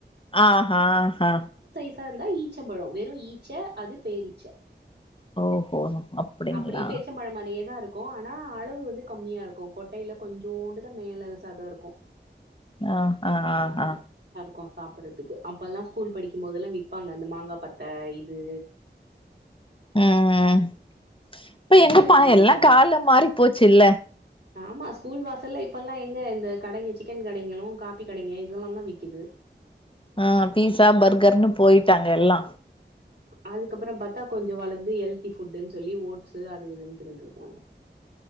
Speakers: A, on the left; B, on the right.
A: ஆஹா அ
B: சா இருந்த ஈச்சம்பழோ வெறு ஈச்ச அது பேரீச்ச
A: ஓஹோ அப்படிங்களா
B: அப்புடியே பேர்ச்சம்பழோ மாரியேதாரு க்கு ஆனா அளவு வந்து கம்மியா இருக்கு கொட்டையில கொஞ்சூண்டுதா மேல சத இருக்கு
A: அ அ அ அ
B: கு சாப்பிறதுக்கு அப்பல்லா ஸ்கூல் படிக்கும்போதெல்லா விப்பாங்க அந்த மாங்கா பத்த இது
A: அ அ இப்ப எங்கப்பா
B: எங்க இதெல்லா விக்கிறாங்க
A: எல்லா காலோ மாறி போச்சுல்ல
B: ஆமா ஸ்கூல் வாசல்ல இப்பல்லா எங்க இந்த கடைங்க சிக்கன் கடைங்களு காப்பி கடைங்க இதெல்லா தா விக்கிது
A: அ பீஸா பர்கர்ன்னு போயிட்டாங்க எல்லா
B: அதுக்கப்புறம் பாத்தா கொஞ்சு வளந்து ஹெல்தி ஃபுட்டுன் சொல்லி ஓட்ஸு அது இதுன் தின்னுட்டுருக்காங்க